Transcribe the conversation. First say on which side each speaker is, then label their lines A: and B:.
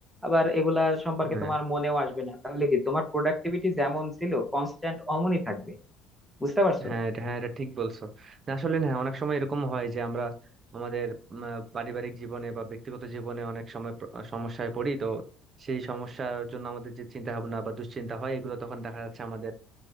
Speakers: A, in the centre; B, on the right.
A: আবার এগুলা সম্পর্কে
B: হ্যাঁ
A: তোমার মনেও আসবে না তাহলে কি তোমার প্রোডাক্টিভিটি যেমন ছিল কনস্ট্যান্ট অমনই থাকবে বুঝতে পারছো
B: হ্যাঁ এটা হ্যাঁ এটা ঠিক বলছো না, আসলে না অনেক সময় এরকম হয় যে আমরা আমাদের উম, আহ, পারিবারিক জীবনে বা ব্যক্তিগত জীবনে অনেক সময় প্র- সমস্যায় পড়ি তো সেই সমস্যার জন্য আমাদের যে চিন্তা ভাবনা বা দুশ্চিন্তা হয় এগুলো তখন দেখা যাচ্ছে আমাদের